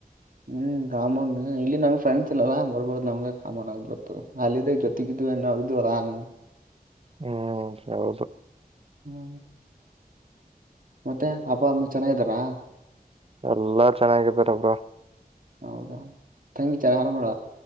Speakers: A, on the right; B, on the right.
A: ಹ್ಮ್ ಕಾಮನ್ ಇಲ್ಲಿ ನಂಗ್ ಫ್ರೆಂಡ್ಸ್ ಇಲ್ಲ ಬರ್ಬಾರ್ದ್ ನಮ್ಗೆ ಕಾಮನ್ ಆಗ್ಬಿತ್ತತ್ತು ಅದ ಜೊತೆಗಿದವಿ ನ ಇದ್ರಾಂಗ
B: ಹ್ಮ್ ಹೌದು
A: ಹ್ಮ ಮತ್ತೆ ಅಪ್ಪ ಅಮ್ಮ ಚೆನ್ನಾಗಿದ್ದಾರಾ
B: ಎಲ್ಲಾ ಚೆನ್ನಾಗಿದ್ದಾರ ಬ್ರೋ
A: ಹೌದೌದು ತಂಗಿ <unintelligible> ಮಾಡಡ